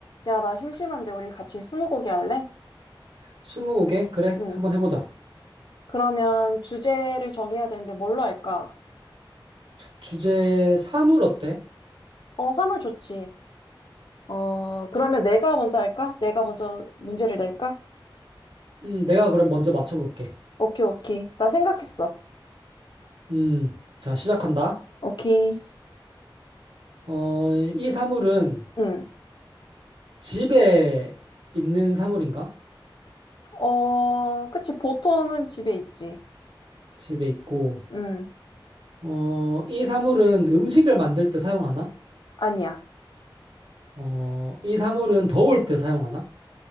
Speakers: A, on the left; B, on the right.
A: 야, 나 심심한데 우리 같이 스무고개 할래?
B: 스무고개? 그래,
A: 응.
B: 한번 해보자.
A: 그러면 주제를 정해야 되는데 뭘로 할까?
B: 주제 사물 어때?
A: 어, 사물 좋지. 어, 그러면 내가 먼저 할까? 내가 먼저 문제를 낼까?
B: 음, 내가 그럼 먼저 맞춰볼게.
A: 오케이, 오케이. 나 생각했어.
B: 음, 자, 시작한다.
A: 오케이.
B: 어, 이 사물은
A: 응.
B: 집에 있는 사물인가?
A: 어, 그치. 보통은 집에 있지.
B: 집에 있고,
A: 응.
B: 어, 이 사물은 음식을 만들 때 사용하나?
A: 아니야.
B: 어, 이 사물은 더울 때 사용하나?